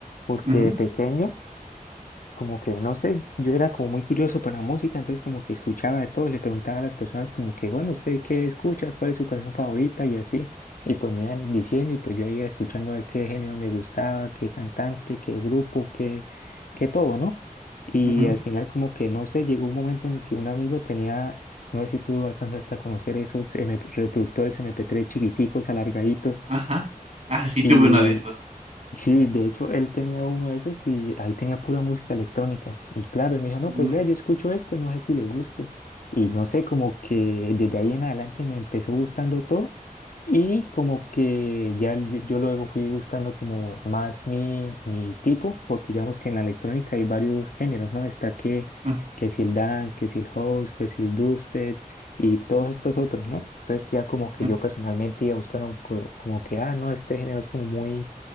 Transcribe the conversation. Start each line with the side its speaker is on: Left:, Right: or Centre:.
Left: porque
Right: Ujú.
Left: de pequeño como que, no sé, yo era como muy curioso para la música, entonces como que escuchaba de todo, le preguntaba a las personas como que, bueno, ¿usted qué escucha? ¿Cuál es su canción favorita? Y así, y pues me iban diciendo y pues yo iba escuchando a ver qué género me gustaba, qué cantante, qué grupo, qué, qué todo, ¿no? Y
Right: Ujú,
Left: al final como que, no sé, llegó un momento en el que un amigo tenía, no sé si tú alcanzaste a conocer esos MP reproductores MP3 chiquiticos, alargaditos,
Right: ajá. Ah, sí,
Left: y
Right: tuve uno de esos.
Left: Sí, de hecho, él tenía uno de esos y ahí tenía pura música electrónica. Y claro, él me dijo, no,
Right: Mm,
Left: pues vea, yo escucho esto, no sé si le guste. Y no sé, como que desde ahí en adelante me empezó gustando todo y como que ya yo, yo luego fui buscando como más mi, mi tipo, porque digamos que en la electrónica hay varios géneros, ¿no? Está que,
Right: ujú,
Left: que si el dance, que si el house, que si el dubstep y todos estos otros, ¿no? Entonces ya como que
Right: ujú,
Left: yo personalmente iba buscando co- como que, ah, no, este género es como muy